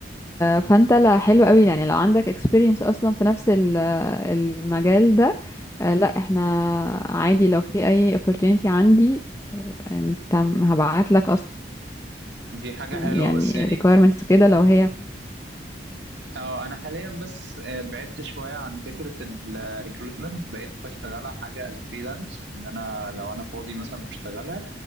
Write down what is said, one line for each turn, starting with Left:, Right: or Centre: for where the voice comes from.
Left: فانت لا حلو قوي يعني لو عندك experience اصلا في نفس ال- المجال ده آه، لا احنا عادي لو في اي opportunity عندي انت هبعت لك اصلا
Right: دي حاجه حلوه
Left: يعني
Right: بس يعني
Left: requirements كده لو هي
Right: اه انا حاليا بس آه، بعدت شويه عن فكره الريكروتمنت بقيت بشتغلها حاجه از فريلانس ان انا لو انا فاضي مثلا بشتغلها